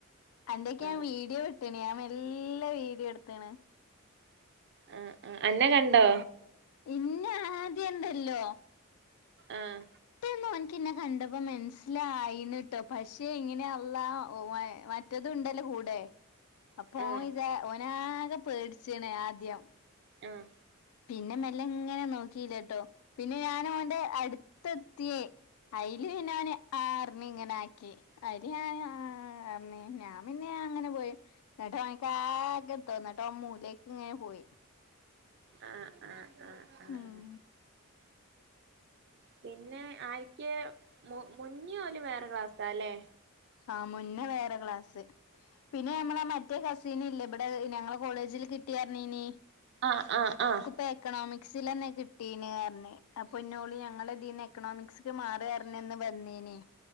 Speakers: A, on the left; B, on the right.
A: അന്റേക്ക്ഞാ
B: ആഹ്
A: വീഡിയോ വിട്ട്ണ് ഞാമെല്ലെ വീഡിയോ എടുത്ത്ണ്
B: ആ ആ അന്നെ കണ്ടോ
A: ഇന്നെ ആദ്യണ്ടല്ലോ
B: ആഹ്
A: ട്ടന്ന് ഓൻക്ക്ന്നെ കണ്ടപ്പോ മനസ്സിലായിന്ന്ട്ടോ പക്ഷെ ഇങ്ങനെയള്ളാ ഓ മറ്റെതും ഉണ്ടല്ലോകൂടെ അപ്പൊ
B: ആഹ്
A: ഓൻ ഇതാ ഒനാകെപേട്ച്ച്ണ് ആദ്യം
B: ആഹ്
A: പിന്നെ മെല്ലങ്ങനെ നോക്കീലേട്ടോ പിന്നെ ഞാനവന്റെ അടുത്തെത്തീ അയില്പിന്നെ ഓന് ആ കണ്ണ്ങ്ങനെആക്കി അയില് ഞാൻ ആ ഞ് ഞാംപിന്നെ അങ്ങനെപോയി ന്ന്ട്ടോൻക്കാകെ തോന്നെട്ടോൻ മൂലേക്ക്ങ്ങനെ പോയി
B: ആഹ് ആഹ് ആഹ് ആഹ്
A: ഉം
B: പിന്നെ ആര്ക്കെ മു മുന്നെ ഓല് വേറെ ക്ലാസാല്ലേ
A: ആഹ് മുന്നേ വേറെ ക്ലാസ് പിന്നെ ഞമ്മളെ മറ്റേ കസീനില്ലെ ഇവ്ടെ ഞങ്ങളെ കോളേജില് കിട്ടിയറ്ഞ്ഞീനി
B: ആഹ് ആണ് ആഹ്
A: ഇപ്പം എക്കണോമിക്സിലെ നെകിട്ടീന് പറഞ്ഞ് അപ്പൊ ഇന്നോള് ഞങ്ങള് എക്കണോമിക്സ്ക്ക് മാറ്ക പറഞ്ഞന്ന് വന്നീനി